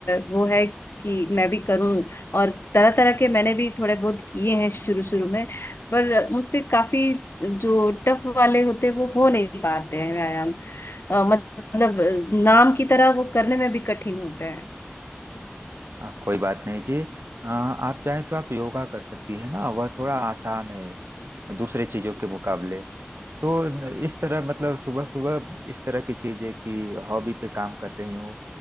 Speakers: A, on the left (about 65°); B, on the right (about 70°).
A: वो है कि मैं भी करूं और तरह तरह के मैंने भी थोड़े बहुत किए हैं शुरू शुरू में पर मुझसे काफी जो टफ वाले होते हैं वो हो नहीं पाते हैं व्यायाम अ, मतलब नाम की तरह वो करने में भी कठिन होते हैं
B: आ, कोई बात नहीं जी आ, आप चाहें तो आप योगा कर सकती है ना वह थोड़ा आसान है दूसरे चीजों के मुकाबले तो इस तरह मतलब सुबह सुबह इस तरह की चीजें कि हॉबी पे काम कर रही हूँ